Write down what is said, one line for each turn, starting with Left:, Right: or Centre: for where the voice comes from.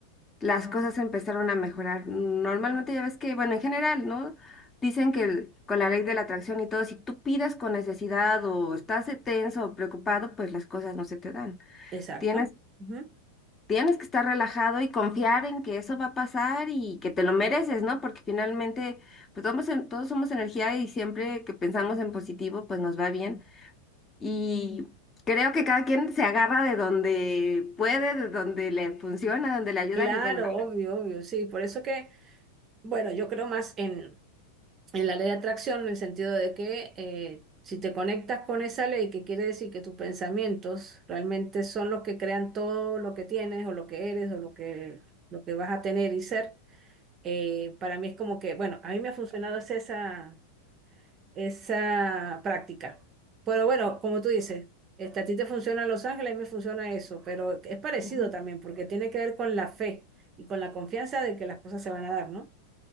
Left: las cosas empezaron a mejorar. Normalmente ya ves que, bueno, en general, ¿no? Dicen que el- con la ley de la atracción y todo, si tú pides con necesidad o estás eh, tenso o preocupado, pues las cosas no se te dan.
Right: Exacto.
Left: Tienes,
Right: Ujú.
Left: tienes que estar relajado y confiar en que eso va a pasar y que te lo mereces, ¿no? Porque finalmente, pues todos, todos somos energía y siempre que pensamos en positivo, pues nos va bien. Y creo que cada quien se agarra de donde puede, de donde le funciona, donde le ayudan
Right: Claro,
Left: y bueno, va.
Right: obvio, obvio, sí, por eso que, bueno, yo creo más en en la ley de atracción, en el sentido de que eh, si te conectas con esa ley, que quiere decir que tus pensamientos realmente son los que crean todo lo que tienes o lo que eres o lo que, lo que vas a tener y ser, eh, para mí es como que, bueno, a mí me ha funcionado es esa, esa práctica. Pero bueno, como tú dices, este, a ti te funciona Los Ángeles, a mí me funciona eso, pero es parecido
Left: Ujú.
Right: también porque tiene que ver con la fe y con la confianza de que las cosas se van a dar, ¿no?